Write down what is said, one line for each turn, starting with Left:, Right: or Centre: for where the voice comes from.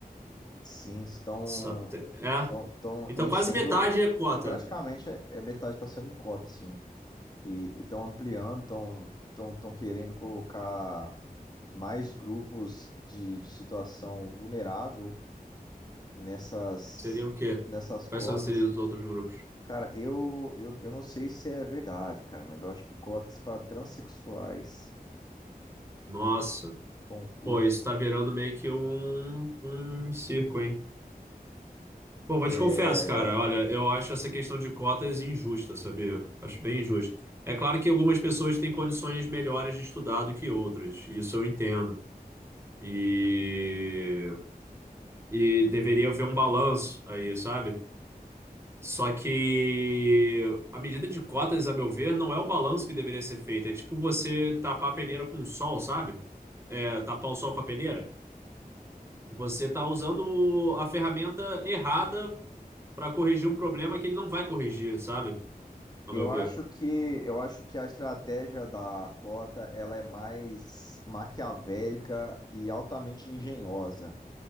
Left: Sim, estão,
Right: Só, te- é.
Left: estão, estão
Right: Então
Left: enchendo.
Right: quase metade é cota.
Left: É, praticamente é, é metade está sendo cota, assim. E estão ampliando, estão, estão, estão querendo colocar mais grupos de, de situação vulnerável nessas,
Right: Seria o quê?
Left: nessas cotas.
Right: Quais são seriam os outros grupos?
Left: Cara, eu, eu, eu não sei se é verdade, cara, mas eu acho que cotas para transexuais.
Right: Nossa.
Left: em concursos.
Right: Pô, isso tá virando meio que um, um circo, hein? Pô, vou
Left: É,
Right: te confessar, cara. Olha, eu acho essa questão de cotas injusta, sabia? Acho bem injusto. É claro que algumas pessoas têm condições melhores de estudar do que outras. Isso eu entendo. E, e deveria haver um balanço aí, sabe? Só que a medida de cotas, a meu ver, não é o balanço que deveria ser feito. É tipo você tapar a peneira com o sol, sabe? É, tapar o sol com a peneira. Você está usando a ferramenta errada para corrigir um problema que ele não vai corrigir, sabe? A
Left: eu
Right: meu ver.
Left: acho que eu acho que a estratégia da cota ela é mais maquiavélica e altamente engenhosa,